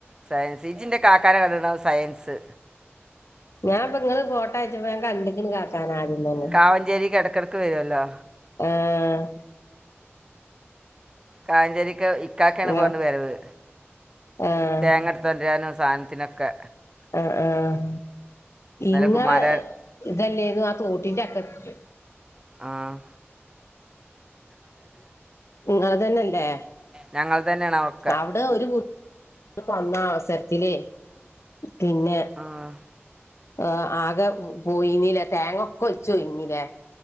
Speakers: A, on the right; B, on the left.
A: സയൻസ് ജ്ജിന്റെ കാക്കാനെ കണ്ട്ക്ക്ണോ സയൻസ്
B: ഞാനിപ്പ ഇങ്ങള് ഫോട്ടയച്ചപ്പോ കണ്ടിക്കിണ് കാക്കാനെ ആദ്യം തന്നെ
A: കാവഞ്ചേരിക്കിടക്കിടക്ക് വരുവല്ലോ
B: ആഹ്
A: കായഞ്ചേരിക്കെ ഇക്കക്കെയാണ്
B: ഇങ്ങളെ
A: ഇപ്പോങ്ങാട്ട് വരവ്
B: ആഹ്
A: തേങ്ങെടുത്തൊണ്ടരാനും സാൻത്തിനൊക്കെ
B: ആഹ് ആഹ് ഇങ്ങളെ
A: കുമാര
B: ഇതല്ലേരുന്നു ആ തോട്ടിന്റെ അറ്റത്തെക്ക്
A: ആഹ്
B: നിങ്ങളെത്തന്നെയല്ലേ
A: ഞങ്ങൾ തന്നെയാണ് ഒക്കെ
B: അത് ഒരു വന്ന അവസരത്തി ഇതിലേ പിന്നെ
A: ആഹ്
B: ആ ആകെ പോയിനീല്ലേ തേങ്ങൊക്കെ ഒലിചോയിഞ്ഞീല്ലേ